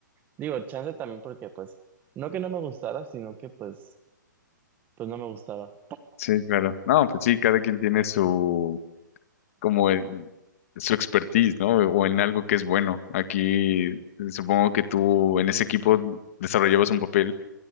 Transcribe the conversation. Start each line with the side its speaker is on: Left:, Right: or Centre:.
Right: digo, chance también porque pues, no que no me gustara, sino que pues, pues no me gustaba.
Left: Sí, claro. No, pues sí, cada quien tiene su, como el- su expertise, ¿no? O en algo que es bueno. Aquí supongo que tú en ese equipo desarrollabas un papel